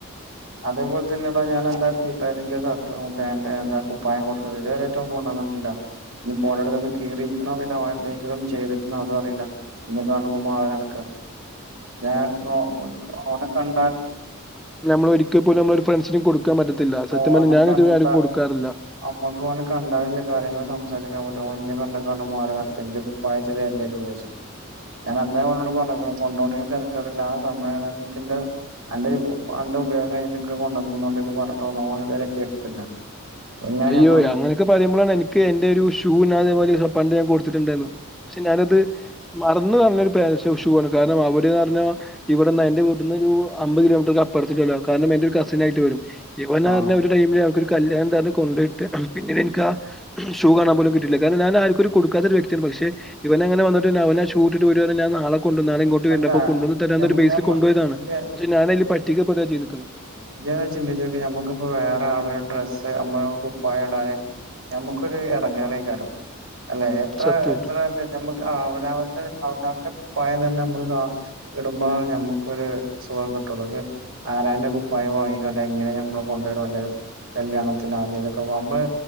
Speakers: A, on the right; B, in the centre.
A: അതേപോലെ തന്നെടാ ഞാനെന്റെ ഷർട്ടും പാന്റ് എന്താ കുപ്പായം കൊടുത്തത് ഇതുവരായിട്ട് ഓൻ കൊണ്ടന്നിട്ടില്ല ഇനിപോനോട്‌ കീറിയിരിക്ക്ണൊ അറിയില്ലഓന് എന്തെങ്കിലും ചെയ്ത് ക്കണോ അതും അറിയില്ല ഇന്നെ കാണുമ്പോ മാറി നടക്കാ. ഞാൻ ഓ ഓനെ കണ്ടാ
B: ല്ല അമ്മള് ഒരിക്കപോലും നമ്മള ഒരു ഫ്രണ്ട്സിനും കൊടുക്കാൻ പറ്റത്തില്ല. സത്യം
A: ഓനെ
B: പറഞ്ഞ ഞാൻ
A: കണ്ട
B: ഇതുവരെ ആര്ക്കും കൊടുക്കാറില്ല.
A: അമ്മക്ക് ഓനെ കണ്ടാലല്ലെ കാര്യങ്ങള് സംസാരിക്കാൻ പറ്റു. ഓന് ഇന്നെ കണ്ടെ കാണ്ട് മാറി നടക്ക കഞ്ചക്കുപ്പായ അയച്ചത് <unintelligible> ഞാൻ അന്നേ ഓ നോട്‌ പറഞ്ക്ക് ണ് കൊണ്ടോണിന് തരക്കേടില്ല ആ സമയം <unintelligible> എനിക്ക് എന്റെ ഉപയോഗം കഴിഞ്ഞിട്ട് നിക്ക് കൊണ്ടന്നോപറഞ്ഞിട്ടോ ഓന് തുവരെ കേട്ടിട്ടില്ല. എങ്ങനെ
B: അയ്യോ
A: ഞമ്മള് ഇങ്ങനെ
B: അങ്ങനെയൊക്കെ
A: സംസാരിക്കുന്നത്?
B: പറയുമ്പോള എനിക്ക് എന്റെരു ഷൂ ഞ അതേപോലെ പണ്ട് ഞാൻ കൊടുത്തിട്ടുണ്ടായിരുന്നു പക്ഷെ ഞാനത് മറന്ന് പറഞ്ഞഒരു പരൻഷൂ ആണ് കാരണം അവര് റഞ്ഞ ഇവിടന്ന് എന്റെ വീട്ടിന്നൊരു അമ്പത് കിലോമീറ്റർ അപ്പുറത്തിക്കി ല്ലകാരണം എന്റോരു കസിനായിട്ട് വരും. പറഞ്ഞ്
A: ആ
B: ഒരു ടൈമില് ഞങ്ങക്കൊരു കല്യാണം ഉണ്ടായരുന്നു. കൊണ്ട് പോയിട്ട് പിന്നീട് എനിക്ക് ആ ഷൂ കാണാൻ പോലും കിട്ടിയില്ല, കാരണം ഞാൻ ആർക്കും കൊടുക്കാത്തൊരു വ്യക്തിയാണ് പക്ഷെ. പിന്നെങ്ങനെ വന്നിട്ട് അവനാ ഷൂ ഇട്ടിട്ട് വരുവാണെ ഞാൻ നളെ കൊണ്ടുവന്നാണ് ഇങ്ങോട്ട്
A: അല്ല
B: വരനപ്പോ കൊണ്ടുവന്ന തരാൻ
A: ഞമ്മ
B: ഒരു ബേസിൽ
A: ഞമ്മ
B: കൊണ്ടപോയതാണ്
A: ഇജ്ജ്
B: പക്ഷ ഞാനതി പറ്റിക്ക പെടുക ചെയ്തിക്കുന്നത്.
A: ഞാൻ ചിന്തിച്ചപ്പോ ഞമ്മക്കിപ്പൊ വേറെ ആളുടെ ഡ്രസ്സ് നമ്മടെ കുപ്പായ ഇടാനെ ഞമ്മക്കൊരു ഇടങ്ങേറ കാരം അല്ലേ എത്ര
B: സത്യായിട്ടും.
A: എത്രല്ല നമ്മക്ക് അവനവന്റെ അവനവന്റെ കുപ്പായം തന്നെ ഇടുമ്പോഴാണ് നമ്മക്കൊരു സുഖം കിട്ടുള്ളു ആരാന്റെ കുപ്പായ വാങ്ങിക്കണ്ട നമ്മള് കൊണ്ടു ഇടും അല്ലെ കല്യാണത്തിനൊ എന്തേനും ഒക്കെനമ്മള്